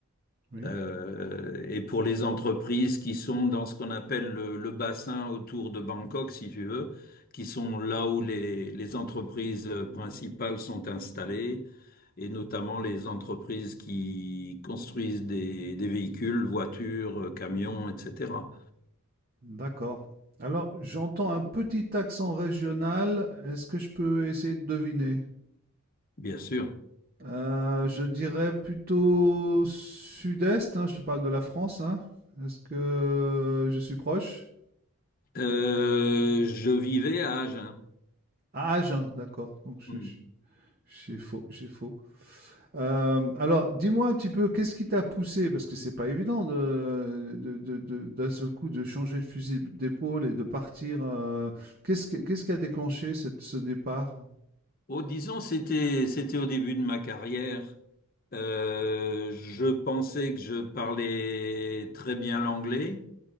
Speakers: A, on the right (about 40°); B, on the left (about 40°).
A: Oui.
B: Euh, et pour les entreprises qui sont dans ce qu'on appelle le, le bassin autour de Bangkok, si tu veux, qui sont là où les, les entreprises principales sont installées, et notamment les entreprises qui construisent des, des véhicules, voitures, camions, etc.
A: D'accord. Alors, j'entends un petit accent régional. Est-ce que je peux essayer de deviner?
B: Bien sûr.
A: Euh, je dirais plutôt sud-est, hein, je te parle de la France, hein. Est-ce que je suis proche?
B: Euh, je vivais à Agen.
A: Ah, Agen, d'accord. Donc,
B: Hmm.
A: je- je- j'ai faux, j'ai faux. Euh, alors, dis-moi un petit peu, qu'est-ce qui t'a poussé, parce que c'est pas évident de, de- de- de- d'un seul coup de changer de fusil d'épaule et de partir. euh, qu'est-ce, que- qu'est-ce qui a déclenché cette- ce départ?
B: Oh, disons, c'était, c'était au début de ma carrière. Euh, je pensais que je parlais très bien l'anglais.